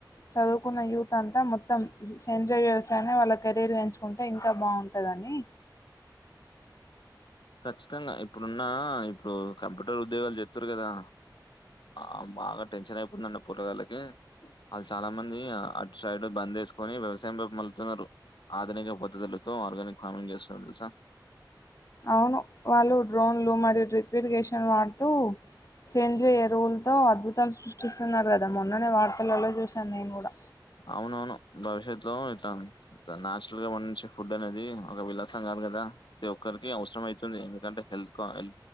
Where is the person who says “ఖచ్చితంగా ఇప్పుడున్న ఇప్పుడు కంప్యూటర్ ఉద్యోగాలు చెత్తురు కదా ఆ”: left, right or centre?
Left